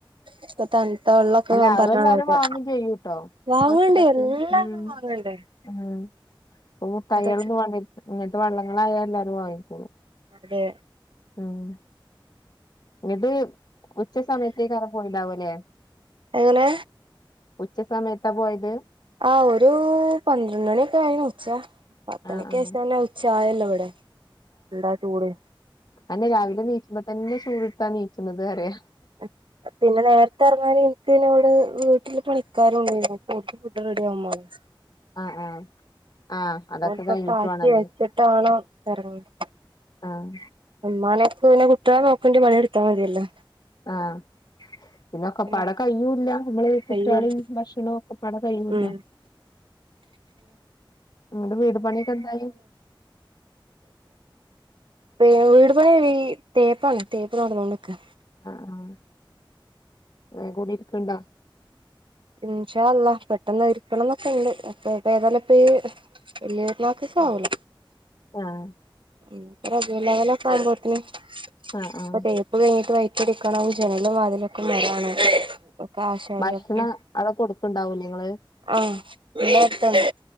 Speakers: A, on the right; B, on the left.
A: ഇപ്പൊ തണുത്ത വെള്ളക്കെ
B: അല്ല അതെല്ലാരും
A: പറ്ഞ്ഞാണ്ക്ക്ണേ
B: വാങ്ങും ചെയ്യൂട്ടോ
A: വാങ്ങ്ണ്ട്
B: ബസ്സിലൊക്കെ
A: എല്ലാരും
B: ഉം
A: വാങ്ങണ്ടേ
B: ഉം ഇപ്പ തയ്യളന്ന
A: അത
B: വാങ്ങാ ഇങ്ങൻ ത്തെ വള്ളങ്ങളായ എല്ലാരും വാങ്ങിക്കോളൂ
A: മ്പടെ
B: ഉം ഇത് ഉച്ച സമയത്തേക്കാ രം പോയിണ്ടാവ ല്ലേ
A: എങ്ങനെ
B: ഉച്ച സമയത്താ പോയത്
A: ആ ഒരു പന്ത്രണ്ട് ണിയൊക്കെ ആയിണ് ഉച്ച പത്തണിക്ക്
B: ആഹ് ആഹ്
A: ശേഷം ല്ലേ ഉ ച്ച ആയല്ലേ ഇവിടെ എന്താ ചൂട്
B: അഹന്നെ രാവിലെ നീച്ചുമ്പ തന്നെ ചൂട് ഇട്ത്താ നീച്ച് ണത് അറിയ
A: <inaudible> പിന്നെ നേരത്തെ ഇറങ്ങാൻ ഇൻക്ക് ന്റെ വടെ വീട്ടില് പണിക്കാരും ഉണ്ടേനു അപ്പം ഓൽക്ക് ഫുഡ് റെഡി ആവും മാണം
B: ആഹ്ആഹ് ആഹ് അതൊക്കെ
A: ഓൽക്കൊക്കെ
B: കഴിഞ്ഞിട്ട്
A: ആക്കി
B: വേണല്ലേ
A: വെച്ചിട്ടാണം ഇറങ്ങീത്
B: ആഹ്
A: ഉമ്മാനെ ക്ക് പിന്നെ കുട്ട്യോളെ നോക്കണ്ടയ പണി ട്ത്താ മതിയല്ലോ
B: ആഹ് പിന്നെ ഒക്കപാടെ
A: അങ്ങനെ
B: കയിയൂല്ല നമ്മള് ഈ കുട്ട്യാ
A: കയ്യൂല
B: ളിം ഭക്ഷണവും ഒക്കെ പടെ കയൂല്ല
A: അങ്ങനെ
B: ങ്ങട്ട് വീട് പണിയൊക്കെ എന്തായി
A: വീട്പണി വീ തേപ്പാണ് തേപ്പ് നടന്നോണ്ട് നിക്കാ
B: ആഹ് ആഹ് വേ കൂടി ഇരിക്ക്ണ്ടോ
A: ഇൻഷാ അള്ളാ പെട്ടെന്ന് ഇരിക്കണം ന്നൊക്കെണ്ട് അപ്പൊ ഇപ്പ ഏതായാലും ഇപ്പ ഈ വല്ല്യേ ക്ലാസ്സ്‌ക്കാവൂല.
B: ആഹ.
A: ഉം. റബീഹുൽ അവ്വ്ലൊക്കെ ആകുമ്പോൾതിന്. <unintelligible>
B: ആഹ് ആഹ്
A: ഇത് കയിഞ്ഞിട്ട് വൈറ്റടിക്കണം. ജനലും വാതിലൊക്കെ മരാണ്. കാഷാരിവർക്ക്.
B: ഭക്ഷണം അവിടെ കൊടുക്ക്ണ്ടാവൂലേ ഇങ്ങള്
A: ആഹ പിന്നത്താ?